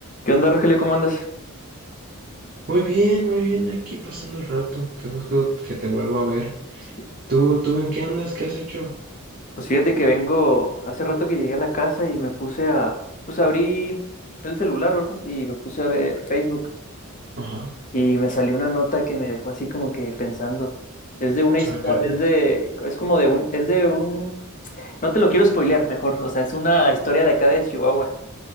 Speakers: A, on the left; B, on the right.
A: ¿Qué onda, Rogelio? ¿Cómo andas?
B: Muy bien, muy bien, aquí pasando el rato. Qué gusto que te vuelvo a ver.
A: Sí,
B: ¿Tú, tú en qué andas? ¿Qué has hecho?
A: Pues fíjate que vengo, hace rato que llegué a la casa y me puse a, pues abrí el celular, ¿verdad? Y me puse a ver Facebook
B: Ajá.
A: y me salió una nota que me dejó así como que pensando. Es de una historia,
B: Ah, caray.
A: es de, es como de un, es de un, no te lo quiero spoilear mejor, o sea, es una historia de acá de Chihuahua.